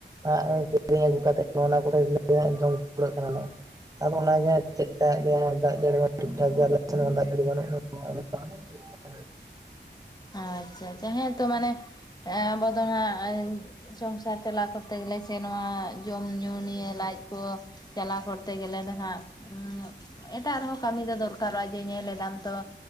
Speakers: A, on the right; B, on the left.
A: ᱟᱨ ᱠᱤᱨᱤᱧ ᱟᱹᱜᱩ ᱠᱟᱛᱮᱫ ᱚᱱᱟ ᱠᱚᱨᱮ ᱜᱮᱞᱮ ᱡᱚᱢ ᱠᱩᱲᱟᱹᱜ ᱠᱟᱱᱟ ᱞᱮ᱾ ᱟᱫᱚ ᱚᱱᱟᱱᱜᱮ ᱪᱮᱫ ᱞᱮᱠᱟ ᱮᱫ ᱞᱮᱭᱟᱭ <unintelligible> ᱫᱟᱜ ᱡᱟᱹᱲᱤ ᱢᱟ ᱴᱷᱤᱠ ᱴᱷᱟᱠ ᱫᱟᱜ ᱡᱟᱹᱲᱤ ᱵᱟᱹᱱᱩᱜ ᱟ᱾ <unintelligible>
B: ᱟᱪᱪᱷᱟ ᱟᱪᱪᱷᱟ᱾ ᱦᱮᱸᱛᱚ ᱢᱟᱱᱮ ᱟᱵᱚ ᱫᱚ ᱦᱟᱜ ᱥᱚᱝᱥᱟᱨ ᱪᱟᱞᱟᱣ ᱠᱚᱨᱛᱮ ᱜᱮᱞᱮ ᱥᱮ ᱱᱚᱣᱟ ᱡᱚᱢ ᱧᱩ ᱱᱤᱭᱟᱹ ᱞᱟᱡ ᱠᱚ ᱪᱟᱞᱟᱣ ᱠᱚᱨᱛᱮ ᱜᱮᱞᱮ ᱱᱟᱦᱟᱜ <unintelligible> ᱮᱴᱟᱜ ᱨᱮᱦᱚᱸ ᱠᱟᱹᱢᱤ ᱫᱚ ᱫᱚᱨᱠᱟᱨᱚᱜᱼᱟ ᱡᱮ ᱧᱮᱞ ᱮᱫᱟᱢ ᱛᱚ